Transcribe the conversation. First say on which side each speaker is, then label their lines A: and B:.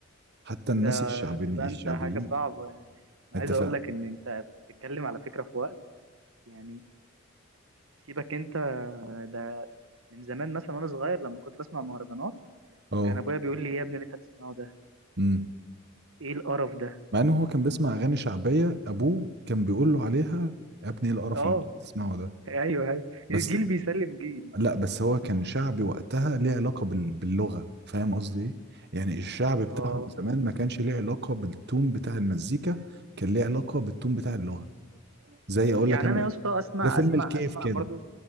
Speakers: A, on the right (about 55°); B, on the right (about 85°).
A: حتى
B: ده
A: الناس الشعبيين
B: تبقى
A: الشعبيين
B: انت حاجه صعبه يعني انا
A: أنت
B: عايز
A: فاهم
B: اقول لك ان انت بتتكلم على فكره في وقت يعني سيبك انت ده من زمان مثلا وانا صغير لما كنت بسمع مهرجانات
A: أه
B: كان ابويا بيقول لي يا ابني اللي انت بتسمعه ده
A: أمم.
B: ايه القرف ده
A: مع إن هو كان بيسمع أغاني شعبية أبوه كان بيقول له عليها يا ابني إيه القرف
B: اه
A: اللي أنت بتسمعه ده
B: ايوه ايوه
A: بس
B: الجيل بيسلم جيل
A: لا بس هو كان شعبي وقتها ليه علاقة بال- باللغة فاهم قصدي ايه يعني الشعب بتاعهم
B: اه
A: زمان ما كانش ليه علاقة بالتون بتاع المزيكا كان ليه علاقة بالتون بتاع اللغة زي
B: مم،
A: اقول
B: يعني
A: لك انا
B: انا يا اسطى اسمع
A: ده فيلم
B: اسمع
A: الكيف
B: اسمع
A: كده
B: برضو